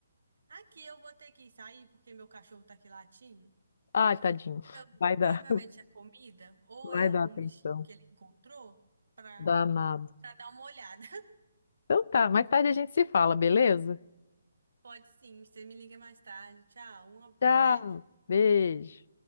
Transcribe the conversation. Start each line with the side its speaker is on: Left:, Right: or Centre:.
Right: Aqui eu vou ter que sair porque meu cachorro tá aqui latindo.
Left: Ai, tadinho.
Right: Então,
Left: Vai dar,
Right: provavelmente
Left: <laughs>
Right: é comida ou
Left: vai
Right: é algum
Left: dar atenção.
Right: bichinho que ele encontrou para
Left: Danado.
Right: para dar uma olhada. <laughs>
Left: Então tá, mais tarde a gente se fala, beleza?
Right: Pode sim, você me liga mais tarde. Tchau, um,
Left: Tchau,
Right: um beijo.
Left: beijo.